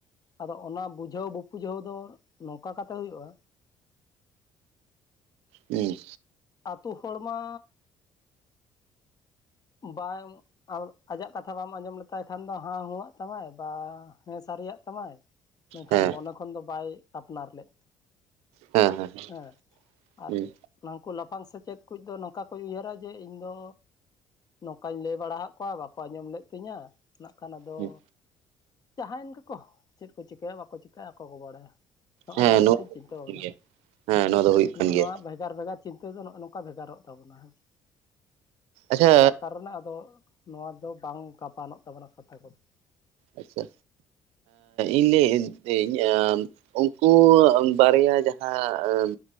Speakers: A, on the left; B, on the right.
A: ᱟᱫᱚ ᱚᱱᱟ ᱵᱩᱡᱷᱟᱹᱣ ᱵᱩᱯᱩᱡᱷᱟᱹᱣ ᱫᱚ ᱱᱚᱝᱠᱟ ᱠᱟᱛᱮ ᱦᱩᱭᱩᱜᱼᱟ᱾
B: ᱦᱮᱸ
A: ᱟᱹᱛᱩ ᱦᱚᱲᱢᱟ ᱵᱟᱝ ᱟᱨ ᱟᱡᱟᱜ ᱠᱟᱛᱷᱟ ᱵᱟᱢ ᱟᱸᱡᱚᱢ ᱞᱮᱛᱟᱭ ᱠᱷᱟᱱ ᱫᱚ ᱦᱟᱸ ᱦᱩᱸ ᱟᱜ-ᱛᱟᱢᱟᱭ ᱵᱟ ᱦᱮᱸ ᱥᱟᱨᱤᱭᱟᱜ ᱛᱟᱢᱟᱭ ᱢᱮᱱᱠᱷᱟᱱ
B: ᱦᱮᱸ
A: ᱢᱚᱱᱮ ᱠᱷᱚᱱ ᱫᱚ ᱵᱟᱭ ᱟᱯᱱᱟᱨ ᱞᱮᱫ
B: ᱦᱮᱸ ᱦᱮᱸ
A: ᱦᱮ ᱸ
B: ᱦᱩᱸ
A: ᱟᱨ ᱩᱱᱠᱩ ᱞᱟᱯᱷᱟᱝ ᱥᱮᱪᱮᱫ ᱠᱷᱚᱡ ᱫᱚᱭ ᱱᱚᱝᱠᱟ ᱠᱚ ᱩᱭᱦᱟᱹᱨ-ᱟ ᱡᱮ ᱤᱧ ᱫᱚ ᱱᱚᱝᱠᱟ ᱞᱟᱹᱭ ᱵᱟᱲᱟ ᱟᱠᱟᱫ ᱠᱚᱣᱟ ᱵᱟᱠᱚ ᱟᱸᱡᱚᱢ ᱞᱮᱫ ᱛᱤᱧᱟᱹ ᱱᱟᱝᱠᱷᱟᱱ ᱟᱫᱚ
B: ᱦᱩᱸ
A: ᱡᱟᱦᱟᱸᱭᱮᱱ ᱜᱮᱠᱚ ᱪᱮᱫ ᱠᱚ ᱪᱤᱠᱟᱹᱭᱟ ᱵᱟᱠᱚ ᱪᱤᱠᱟ ᱟᱠᱚ ᱠᱚ ᱵᱟᱲᱟᱭᱟ᱾ ᱱᱚᱜᱼᱚ
B: ᱦᱮᱸ
A: ᱱᱚᱣᱟ ᱢᱤᱫᱴᱮᱱ
B: ᱫᱚ
A: ᱪᱤᱱᱛᱟᱹ
B: ᱦᱩᱭᱩᱜ
A: ᱵᱷᱟᱵᱽᱱᱟ
B: ᱠᱟᱱ ᱜᱮᱭᱟ ᱦᱮᱸ ᱱᱚᱣᱟ ᱫᱚ ᱦᱩᱭᱩᱜ
A: ᱱᱚᱜᱼᱚ
B: ᱠᱟᱱ ᱜᱮᱭᱟ
A: ᱱᱚᱣᱟ <unintelligible> ᱵᱷᱮᱜᱟᱨ ᱵᱷᱮᱜᱟᱨ ᱪᱤᱱᱛᱟᱹ ᱫᱚ ᱱᱚᱜᱼ ᱱᱚᱝᱠᱟ ᱵᱷᱮᱜᱟᱨ-ᱚᱜ ᱛᱟᱵᱚᱱᱟ ᱦᱮᱸᱥ
B: ᱟᱪᱪᱷᱟ
A: ᱡᱟᱨ ᱠᱟᱨᱚᱱᱮ ᱟᱫᱚ ᱱᱚᱣᱟ ᱫᱚ ᱵᱟᱝ ᱜᱟᱯᱟᱱᱚᱜ ᱛᱟᱵᱚᱱᱟ ᱠᱟᱛᱷᱟ ᱠᱚᱫᱚ᱾
B: ᱟᱪᱪᱷᱟ ᱤᱧ ᱞᱟᱹᱭ <unintelligible> ᱩᱱᱠᱩ ᱵᱟᱨᱭᱟ ᱡᱟᱦᱟᱸ